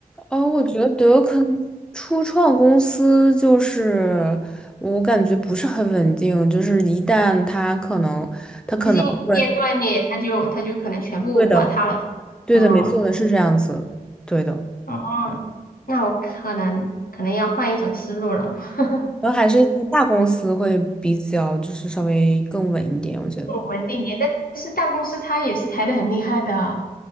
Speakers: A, in the centre; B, on the left.
A: 哦，我觉得可能初创公司就是我感觉不是很稳定，就是一旦它可能，
B: <laughs> 资金链断裂，
A: 对，
B: 它就它就可能全部瓦塌了。
A: 对的，对的，
B: 嗯
A: 没错的，是这样子，对的。
B: 哦，那我可能可能要换一种思路了。<laughs>
A: 然后还是一些大公司会比较就是稍微更稳一点，我觉得。
B: 稳定点，但是大公司它也是裁的很厉害的，